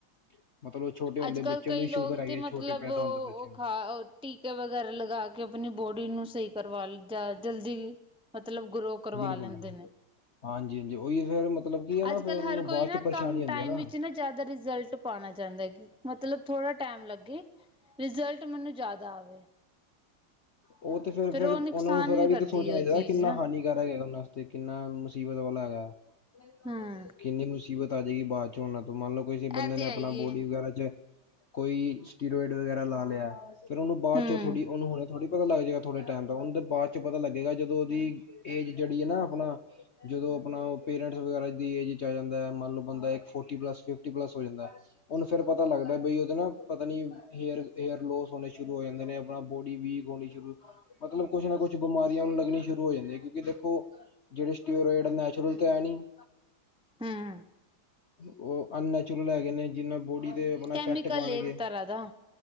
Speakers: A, on the left; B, in the centre.
A: <unintelligible> ਛੋਟੇ ਹੁੰਦੇ
B: ਅੱਜ-ਕੱਲ
A: ਬੱਚੇ
B: ਕਈ
A: ਨੂੰ ਹੀ
B: ਲੋਕ
A: ਸ਼ੂਗਰ ਹੈਗੀ
B: ਤੇ
A: ਹੈ,
B: ਮਤਲਬ
A: ਛੋਟੇ ਪੈਦਾ
B: ਉਹ
A: ਹੁੰਦੇ ਬੱਚੇ
B: ਉਹ
A: ਨੂੰ
B: ਖਾ ਟੀਕੇ ਵਗੈਰਾ ਲਗਾ ਕੇ, ਆਪਣੀ ਬੋਡੀ ਨੂੰ ਸਹੀ ਕਰਵਾ ਲ ਜਾਂ ਜਲਦੀ, ਮਤਲਬ ਗਰੋ ਕਰਵਾ
A: ਬਿਲਕੁਲ
B: ਲੈਂਦੇ
A: ਬਿਲਕੁਲ
B: ਨੇਂ।
A: ਹਾਂਜੀ, ਹਾਂਜੀ ਉਹੀ ਫੇਰ ਮਤਲਬ ਕੀ ਐ ਨਾਂ
B: ਅੱਜ
A: ਫੇਰ
B: ਕੱਲ੍ਹ
A: ਉਹਨਾਂ
B: ਹਰ
A: ਨੂੰ
B: ਕੋਈ
A: ਬਾਅਦ
B: ਨਾ
A: ਚ ਪਰੇਸ਼ਾਨੀ
B: ਕਮ
A: ਆਉਂਦੀ
B: ਟਾਈਮ
A: ਐ ਨਾਂ।
B: ਵਿੱਚ ਨਾ ਜ਼ਿਆਦਾ ਰਿਜ਼ਲਟ ਪਾਉਣਾ ਚਾਹੁੰਦੇ, ਮਤਲਬ ਥੋੜਾ ਟਾਈਮ ਲੱਗ ਰਿਜ਼ਲਟ ਮੈਨੂੰ ਜ਼ਿਆਦਾ ਆਵੇ।
A: ਉਹ ਤੇ ਫੇਰ-ਫੇਰ
B: ਫਿਰ ਉਹ ਨੁਕਸਾਨ
A: ਉਹਨਾਂ ਨੂੰ ਫੇਰ
B: ਵੀ
A: ਐਵੀਂ
B: ਕਰਦੀ
A: ਤਾਂ ਸੋਚਣਾ
B: ਹੈ ਉਹ
A: ਚਾਹੀਦਾ
B: ਚੀਜ਼
A: ਕਿੰਨਾ
B: ਨਾ
A: ਹਾਨੀ ਕਰਾਂਗੇ ਉਹਨਾਂ ਵਾਸਤੇ, ਕਿੰਨਾ ਮੁਸੀਬਤ ਵਾਲਾ ਹੈਗਾ। <unintelligible>
B: ਹਮ
A: ਕਿੰਨੀ ਮੁਸੀਬਤ ਆ ਜਏਗੀ ਬਾਅਦ ਚ ਉਹਨਾਂ ਤੋਂ ਮੰਨ ਲਓ ਬੰਦੇ
B: ਇਹ ਤੇ
A: ਨੇਂ ਆਪਣਾ
B: ਆਈਏ
A: ਬੋਡੀ ਵਗੈਰਾ ਚ ਕੋਈ ਸਟੀਰੋਇਡ ਵਗੈਰਾ ਲਾ ਲਿਆ, ਫਿਰ ਉਹਨੂੰ ਬਾਅਦ
B: ਹਮ
A: ਚ ਥੋੜੀ ਉਹਨੂੰ ਹੁਣ ਥੋੜ੍ਹੀ ਪਤਾ ਲੱਗ ਜਾਏਗਾ, ਥੋੜੇ ਟਾਈਮ ਤਾਂ ਉਹਦੇ ਬਾਅਦ ਚ ਪਤਾ ਲੱਗੇਗਾ ਜਦੋਂ ਉਹਦੀ ਏਜ ਜਿਹੜੀ ਐਨਾਂ ਆਪਣਾ ਜਦੋਂ ਆਪਣਾ ਪੇਰੈਂਟਸ ਵਗਰਾ ਦੀ ਏਜ਼ ਚ ਆ ਜਾਂਦਾ। ਮਨ ਲੋ ਬੰਦਾ ਇੱਕ ਫੋਰਟੀ ਪਲਸ, ਪਿਫਟੀ ਪਲਸ ਹੋ ਜਾਂਦਾ। ਉਹਨੂੰ ਫੇਰ ਪਤਾ ਲੱਗਦਾ, ਬਈ ਉਹਦੇ ਨਾਂ ਪਤਾ ਨੀਂ। ਹੇਅਰ ਹੇਅਰ ਲੋਸ ਹੋਣੇ ਸ਼ੁਰੂ ਹੋ ਜਾਂਦੇ ਨੇ, ਆਪਣਾ ਬੋਡੀ ਵੀਕ ਹੋਣੀ ਸ਼ੁਰੂ ਮਤਲਬ ਕੁਛ ਨਾਂ ਕੁਛ ਬਿਮਾਰੀਆਂ ਲੱਗੀਆਂ ਸ਼ੁਰੂ ਹੋ ਜਾਂਦੀਆਂ ਕਿਉਂਕਿ ਦੇਖੋ ਜਿਹੜੇ ਸਟੀਓਰੋਇਡ ਨੈਚੁਰਲ ਤੇ ਹੈ ਨੀਂ
B: ਹਮ
A: ਉਹ ਅਨਨੈਚੁਰਲ ਹੈਗੇ ਨੇਂ, ਜਿੰਨਾਂ ਬੋਡੀ ਤੇ ਆਪਣਾ
B: ਕੈਮੀਕਲ
A: ਇਫੈਕਟ ਪਾਣਗੇ।
B: ਇੱਕ ਤਰ੍ਹਾਂ ਦਾ